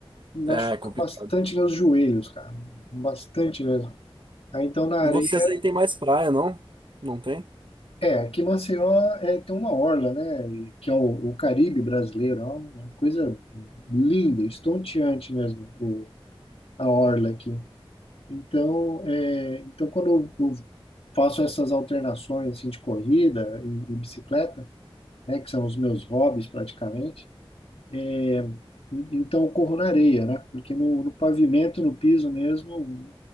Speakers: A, on the left (about 80°); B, on the right (about 55°).
A: Machuca
B: É, é complicado.
A: bastante meus joelhos, cara. Bastante mesmo. Aí então na areia.
B: E vocês aí tem mais praia, não? Não tem?
A: É, aqui em Maceió é, tem uma orla, né? e- Que é o, o Caribe brasileiro. É uma coisa linda, estonteante mesmo, o, a orla aqui. Então, é, então quando eu eu faço essas alternações assim, de corrida e, e bicicleta, né? Que são os meus hobbies praticamente. é, Então eu corro na areia, né? Porque no, no pavimento, no piso mesmo,